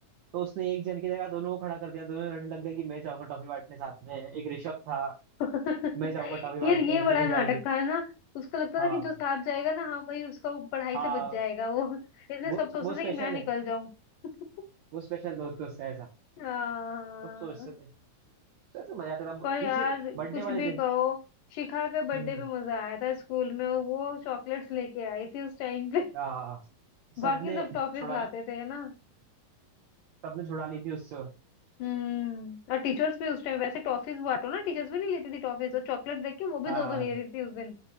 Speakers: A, on the right (about 80°); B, on the left (about 80°).
A: तो उसने एक जन की जगह दोनों को खड़ा कर दिया दोनों लड़ने लग गए कि मैं जाऊंगा टॉफी बांटने साथ में एक ऋषभ था
B: <laughs>
A: मैं जाऊंगा टॉफी बांटने
B: यार ये बड़ा
A: तू नहीं
B: नाटक
A: जाएगी
B: था ना उसको लगता
A: हाँ
B: था कि जो साथ जाएगा ना हाँ भाई उसका वो पढ़ाई
A: हाँ
B: से बच जाएगा वो <laughs> इसलिए
A: वो
B: सब सोचते
A: वो स्पेशल
B: थे कि मैं निकल
A: है
B: जाऊं <laughs>
A: वो स्पेशल दोस्त है उसका ऐसा
B: हाँ
A: सब सोचते थे सोचते मजा आता था
B: पर यार
A: जैसे बर्थडे
B: कुछ
A: वाले
B: भी
A: दिन
B: कहो शिखा के बर्थडे
A: हम्म
B: पे मजा आया था स्कूल में वो चॉकलेट्स लेके आई थी उस टाइम पे
A: हाँ
B: <laughs>
A: सबने
B: बाकी सब टॉफीज
A: छुड़ा
B: लाते थे ना
A: सबने छुड़ा ली थी उससे
B: हम्म और टीचर्स भी उस टाइम वैसे टॉफीज बांटो ना टीचर्स भी नहीं लेती थी टॉफीज और चॉकलेट देख के वो भी
A: हाँ
B: दो दो ले रही थी उस दिन